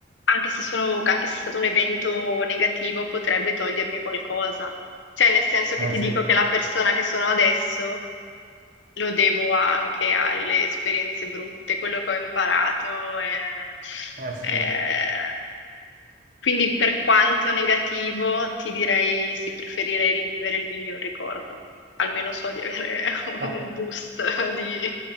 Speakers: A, on the left (about 75°); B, on the right (about 45°).
A: anche se sono- anche se è stato un evento negativo, potrebbe togliermi qualcosa. Cioè, nel senso che
B: Eh
A: ti
B: sì,
A: dico che la persona che sono adesso. Lo devo anche alle esperienze brutte, quello che ho imparato. è-
B: eh sì.
A: è- Quindi per quanto negativo, ti direi sì, preferirei rivivere il miglior ricordo. Almeno so di avere <laughs> un
B: Eh,
A: boost di